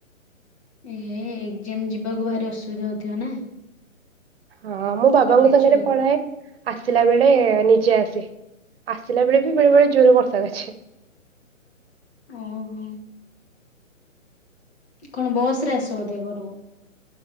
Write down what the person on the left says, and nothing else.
ଏ ହେ ଏକ୍ଜାମ ଯିବାକୁ ଭାରି ଅସୁବିଧା ହଉଥିବ ନା।
କଲେଜ
ଯିବାକୁ
ଓହୋ। କଣ ବସ ରେ ଆସ ବୋଧେ ଘରକୁ?